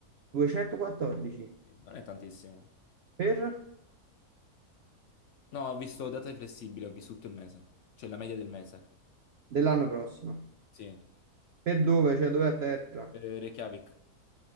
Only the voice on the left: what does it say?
eh, Non è tantissimo.
No, ho visto data flessibile, ho visto tutto il mese. Cioè la media del mese.
Sì.
Eh, Reykjavik.